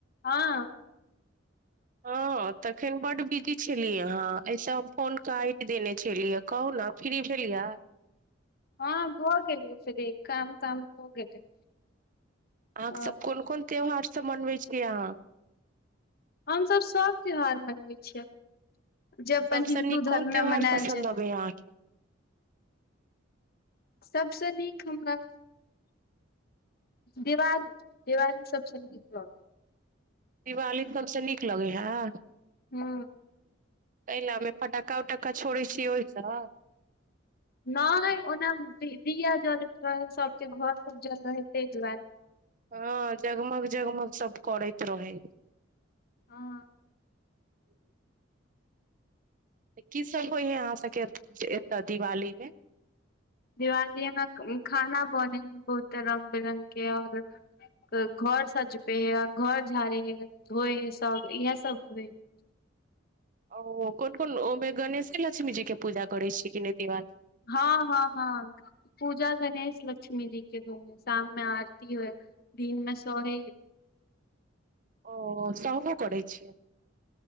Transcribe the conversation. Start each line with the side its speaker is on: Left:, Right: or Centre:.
Left: हँ
Right: हँ तखन बड्ड बिजी छलियै अहाँ एहिसँ हम फोन काटि देने चिय कहू ने फ्री भेलिय
Left: हँ भऽ गेलीयै फ्री काम ताम भ गेलै
Right: आ
Left: ह
Right: सभ कोन कोन त्योहार मनवै छी अहाँ
Left: हमसभ सभ त्यौहार मनबै छियै जे अपन
Right: सभसँ
Left: हिन्दू
Right: नीक
Left: धर्म
Right: कोन त्यौहार
Left: मे मनायल
Right: पसन्द
Left: जाय
Right: अबै अहाँके
Left: सबसँ नीक हमरा दिवाली दिवाली सबसँ नीक ल
Right: दिवाली त हमसँ नीक लगे हैं
Left: हू
Right: एहि ल हमे फटक्का उटक्का छोड़ै छियै ओहिसँ
Left: नहि ओना दिया जलैत रहै सबके घर सब जल रहै ताहि दुआरे
Right: हँ जगमग जगमग सब करैत रह
Left: ह
Right: ह की सभ होइ हइ अहाँ सभके एत्त दिवालीमे
Left: दिवाली मे खाना बने है बहुते रंग- बिरंग के और घर सजबै है ओर घर झाड़े है धोए है सब इएह सब होइ है
Right: ओ कोन कोन ओहिमे गणेशे-लक्ष्मी जी के पूजा करै छीयै कि नहि दिवाल
Left: हँ हँ हँ पूजा गणेश लक्ष्मी जी के हो शाममें आरती हए दिन मे सोहे
Right: ओ सहबो करै छियै